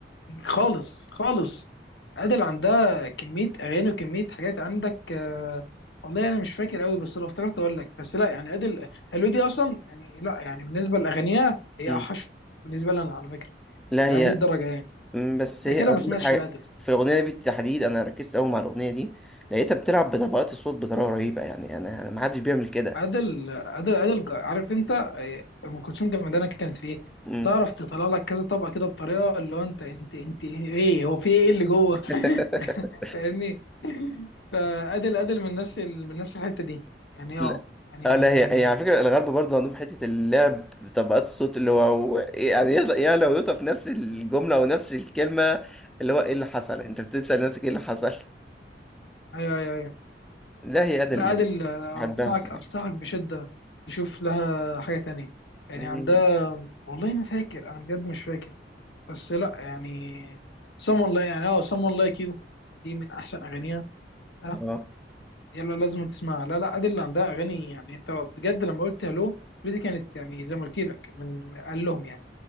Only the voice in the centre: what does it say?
مم.
لا
هي
مم، بس هي
انا
بقول
لك حاجه
في الاغنيه دي بالتحديد انا ركزت قوي مع الاغنيه دي لقيتها بتلعب بطبقات الصوت بطريقه رهيبه يعني انا ما حدش بيعمل كده
مم.
<laughs>
لا
اه لا هي هي على فكرة الغرب برضه عندهم حتة اللعب بطبقات الصوت اللي هو يعني يط- يعني لو يوطى في نفس الجملة أو نفس الكلمة اللي هو إيه اللي حصل؟ أنت بتسأل نفسك إيه اللي حصل؟
لا هي أداة
اللي
بحبها الصراحة
مم،
اه